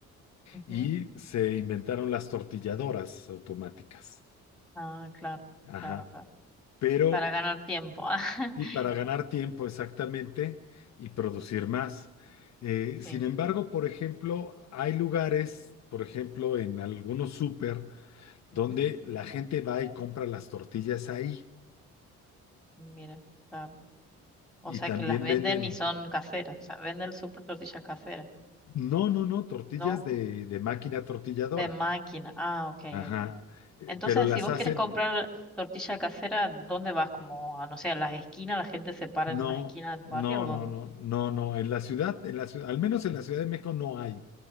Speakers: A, in the centre; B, on the left.
A: Ujú.
B: y se inventaron las tortilladoras automáticas.
A: Ah, claro,
B: Ajá.
A: claro, claro.
B: Pero
A: Para ganar tiempo. <laughs>
B: Y para ganar tiempo exactamente y producir más. Eh,
A: Sí.
B: sin embargo, por ejemplo, hay lugares, por ejemplo, en algunos súper,
A: Ujú.
B: donde la gente va y compra las tortillas ahí
A: Mira, claro. O
B: y
A: sea
B: también
A: que las venden
B: venden,
A: y son caseras. O sea, vende el súper tortillas caseras,
B: no, no, no, tortillas
A: ¿no?
B: de, de máquina tortilladora.
A: De máquina. Ah, ok,
B: Ajá,
A: ok.
B: Eh,
A: Entonces,
B: pero las
A: si vos
B: hacen,
A: quieres comprar tortilla casera, ¿dónde vas? Como, a, no sé, a las esquinas, la gente se para en
B: no,
A: las esquinas del
B: no,
A: barrio, ¿o dónde?
B: no, no, no, no, en la ciudad, en la ciudad, al menos en la Ciudad de México no hay.